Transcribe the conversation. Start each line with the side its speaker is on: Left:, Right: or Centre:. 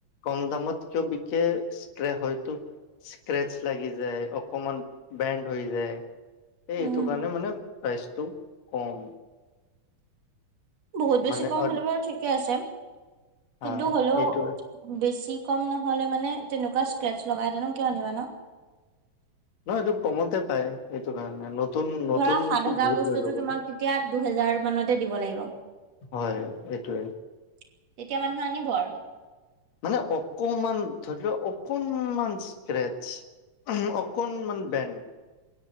Left: কম দামত কিয় বিকে ষ্ট্ৰে হয়তো স্ক্ৰেচ লাগি যায় অকমান বেণ্ড হৈ যায় এই
Right: উম
Left: এইটো কাৰণে মানে প্ৰাইচটো কম
Right: বহুত বেছি
Left: মানে
Right: কম
Left: অ
Right: হলে বাৰু ঠিকে আছে
Left: হা
Right: কিন্তু হ'লেও
Left: এইটোৱে
Right: বেছি কম নহলে মানে তেনেকুৱা স্ক্ৰেটছ লগাই জানো কিয় আনিবা ন
Left: নহয় এইটো কমতে পায় এইটো কাৰণে নতুন নতুনতো
Right: ধৰা সাত হোজাৰ
Left: বহুত
Right: বস্তুটো
Left: লৈ ল'ব
Right: তোমাক
Left: ন
Right: তেতিয়া দুহেজাৰ মানতে দিব লাগিব
Left: হয় এইটোৱে
Right: তেতিয়া মানুহে আনিব আৰু
Left: মানে অকমান ধৰি লও অকণমান স্ক্ৰেচ অকণ মান বেন